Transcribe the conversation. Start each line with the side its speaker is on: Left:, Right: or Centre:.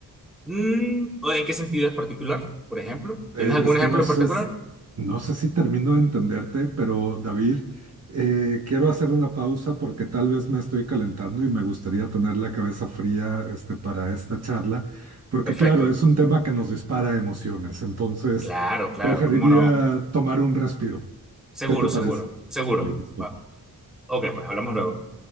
Centre: mm, ¿en qué sentido es particular? Por ejemplo,
Right: Eh,
Centre: ¿tienes algún
Right: Es
Centre: ejemplo
Right: que no
Centre: en
Right: sé,
Centre: particular?
Right: s- no sé si termino de entenderte, pero David, eh, quiero hacer una pausa porque tal vez me estoy calentando y me gustaría tener la cabeza fría, este, para esta charla, porque
Centre: Perfecto.
Right: claro, es un tema que nos dispara emociones, entonces
Centre: Claro, claro,
Right: preferiría
Centre: cómo no.
Right: tomar un respiro.
Centre: Seguro,
Right: ¿Qué te
Centre: seguro,
Right: parece?
Centre: seguro.
Right: Listo.
Centre: Va. Ok, pues hablamos luego.